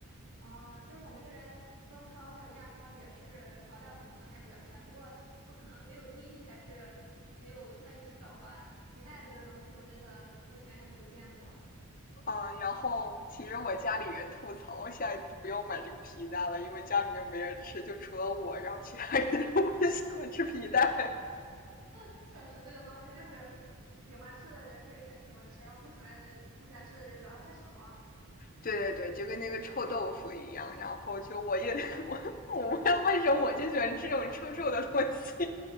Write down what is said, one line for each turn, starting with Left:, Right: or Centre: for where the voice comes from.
Right: 啊。其实我们这边中超还有亚超也是调料什么的还是比较全，不过我可能没有注意，还是没有特意去找吧。皮蛋这个东西我真的目前还没有见过，
Left: 啊、然后其实我家里人吐槽，我下一次不要买这个皮蛋了，因为家里面没人吃，就除了我，然后其他人都不喜欢吃皮蛋。
Right: <laughs> 确实这个东西就是喜欢吃的人会很喜欢吃，然后不喜欢的人不喜欢吃的人就啊这什么
Left: 对对对，就跟那个臭豆腐一样，然后就我也 <laughs> 我我为什么我就喜欢吃这种臭臭的东西？